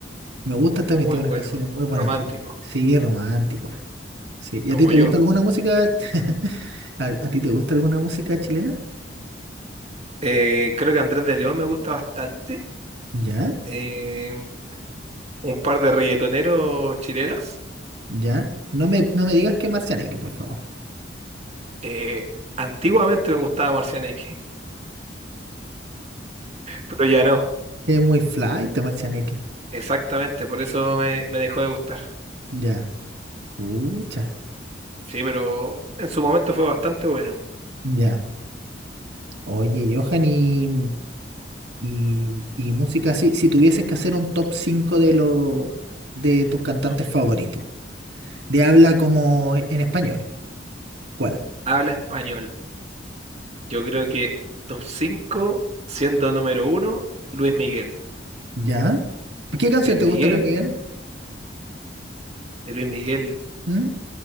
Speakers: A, on the right (about 75°); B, on the right (about 40°).
A: me gusta también,
B: muy
A: tiene
B: bueno,
A: unas canciones muy
B: romántico,
A: buenas, sí, romántico, sí. ¿Y
B: como
A: a ti te
B: yo.
A: gusta alguna música? <laughs> ¿A, a ti te gusta alguna música chilena?
B: Eh, creo que Andrés de León me gusta bastante.
A: Ya,
B: Eh, un par de reggaetoneros chilenos.
A: ya. No me, no me digas que Marcianeque, por favor.
B: Eh, antiguamente me gustaba Marciana X, pero ya no.
A: Es muy fly, te Marcianeque.
B: Exactamente, por eso me, me dejó de gustar.
A: Ya, pucha,
B: Sí, pero en su momento fue bastante bueno.
A: ya. Oye, Johan, y, y, y música así, si tuvieses que hacer un top 5 de lo, de tus cantantes
B: Top.
A: favoritos, de habla como en español, ¿cuál?
B: Habla español. Yo creo que top 5, siendo número uno, Luis Miguel.
A: ¿Ya? ¿Qué canción
B: Luis Miguel,
A: te gusta, Luis Miguel?
B: de Luis Miguel.
A: ¿Mm?